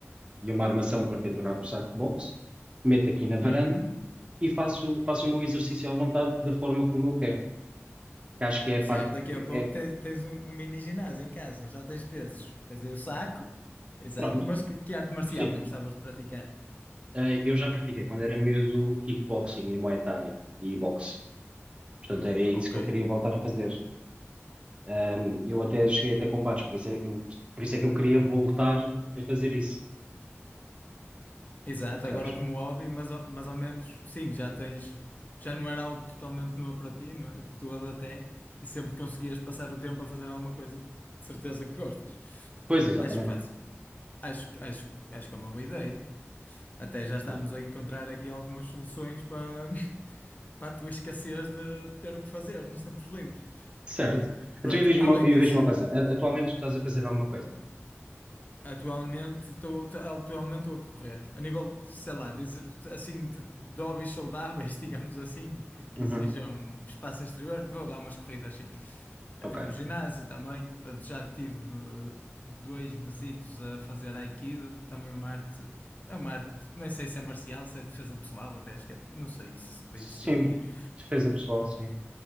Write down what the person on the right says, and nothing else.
e uma armação para pendurar o saco box, meto aqui na varanda
e faço, faço o meu exercício à vontade da forma como eu quero, que acho que é a
parte,
é,
é-
pronto,
sim.
Ah, eu já pratiquei quando era miúdo kickboxing e Muay Thai e boxe. Portanto, era
isso
que eu queria voltar a fazer. Ahm, eu até cheguei até combates, por isso é, eu, por isso é que eu queria voltar a fazer isso,
percebes?
Pois, exatamente.
Pronto.
Certo. Então
eu diz-me
diz
uma coisa. A- Atualmente tu estás a fazer alguma coisa?
Uhum.
Ok.
Sim.
Defesa pessoal, sim.